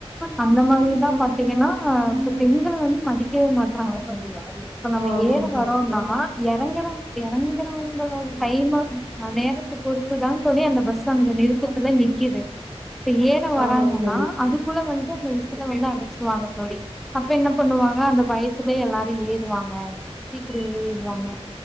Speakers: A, in the centre; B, on the right.
A: அந்த மாரி இதா பாத்தீங்கன்னா இப்ப பெண்கள வந்து மதிக்கே மாட்றாங்க <inaudible> இப்ப நம்ம
B: ஆமாங்க
A: ஏற
B: தோழி.
A: வரோனா இறங்கற இறங்கறவங்களோட டைம்ம ஆ நேரத்த பொறுத்துதாங் தோழி அந்த பஸ் அங்க நிறுத்தத்துல நி கிது ப்ப ஏற வராங்கன்னா
B: ஆமாங்க தோழி.
A: அதுக்குள்ள வந்ட்டு அந்த வி <unintelligible> வேண்டா அடிச்சிருவாங்க தோழி அப்ப என்ன பண்ணுவாங்க அந்த பயத்துலயே எல்லாரு ஏறுவாங்க சீக்கிரொ ஏறிருவாங்க